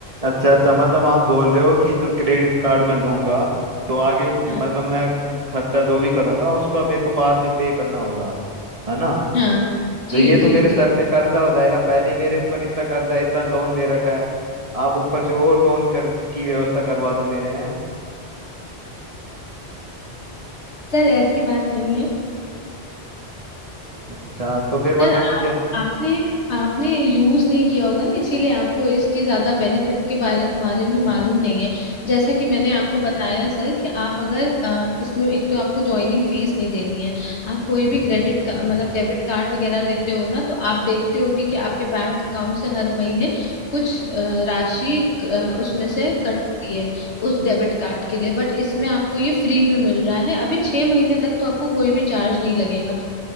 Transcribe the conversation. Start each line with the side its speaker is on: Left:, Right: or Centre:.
Right: अच्छा अच्छा मतलब आप बोल रहे हो कि जो क्रेडिट कार्ड मैं लूंगा तो आगे मतलब
Left: हाँ
Right: मैं खर्चा जो भी करूंगा उसका मेरे को बाद में पे करना होगा है ना
Left: हाँ जी
Right: तो ये तो
Left: जी
Right: मेरे सर
Left: जी
Right: पे कर्जा हो जाएगा पहले ही मेरे ऊपर इतना कर्जा है, इतना लोन ले रखा है आप ऊपर से और लोन कर की व्यवस्था करवा दो मेरे हैं
Left: सर ऐसी बात नहीं है
Right: अच्छा तो फिर मतलब
Left: सर आप आपने आपने यूज नहीं किया होगा ना इसीलिए आपको इसकी ज्यादा बेनिफिट के बारे बारे में मालूम नहीं है जैसा कि मैंने आपको बताया सर कि आप अगर अ, इसमें एक तो आपको ज्वाइनिंग फीस नहीं देनी है आप कोई भी क्रेडिट का मतलब डेबिट कार्ड वगैरह लेते हो ना तो आप देखते होगे कि आपके बैंक अकाउंट से हर महीने कुछ अ, राशि अ, उसमें से कटती है उस डेबिट कार्ड के लिए बट इसमें आपको ये फ्री में मिल रहा है अभी छह महीने तक तो आपको कोई भी चार्ज नहीं लगेगा